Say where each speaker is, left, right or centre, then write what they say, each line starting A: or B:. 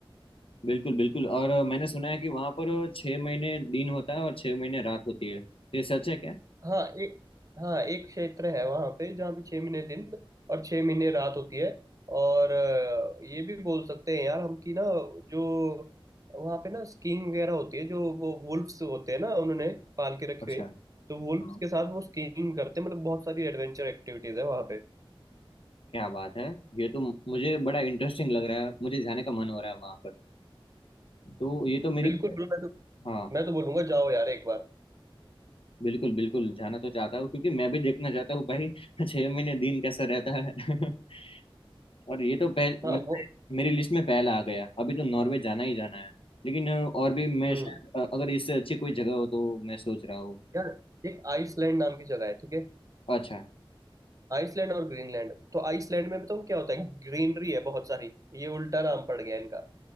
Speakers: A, on the left; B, on the right.
A: बिल्कुल बिल्कुल और अ, मैंने सुना है कि वहाँ पर छः महीने दिन होता है और छः महीने रात होती है ये सच है क्या
B: हाँ एक हाँ एक क्षेत्र है वहाँ पे जहाँ पे छह महीने दिन और छह महीने रात होती है और अ, ये भी बोल सकते हैं यार हम कि ना जो वहाँ पे ना स्कीइंग वगैरह होती है जो वो वुल्फ्स होते हैं ना उन्होंने पाल के रखे
A: अच्छा
B: हुए तो वुल्फ्स
A: हाँ
B: के साथ वो स्कीइंग करते हैं मतलब बहुत सारी एडवेंचर एक्टिविटीज है वहाँ पे
A: क्या बात है ये तो मुझे बड़ा इंटरेस्टिंग लग रहा है मुझे जाने का मन हो रहा है वहाँ पर तो ये तो मेरी
B: बिल्कुल बिल्कुल, मैं तो
A: हाँ
B: मैं तो बोलूंगा जाओ यार एक बार
A: बिल्कुल बिल्कुल जाना तो चाहता हूँ क्योंकि मैं भी देखना चाहता हूँ भाई <laughs> छः महीने दिन कैसा रहता है <laughs> और ये तो पहले
B: हाँ
A: मतलब
B: वो
A: मेरी लिस्ट में पहला आ गया अभी तो नॉर्वे जाना ही जाना है लेकिन अ, और भी मैं
B: हम्म
A: शायद अ, अगर इससे अच्छी कोई जगह हो तो मैं सोच रहा हूँ
B: यार एक आइसलैंड नाम की जगह है ठीक है
A: अच्छा
B: आइसलैंड और ग्रीनलैंड तो आइसलैंड में बताऊँ क्या होता है ग्रीनरी है बहुत सारी ये उल्टा नाम पड़ गया इनका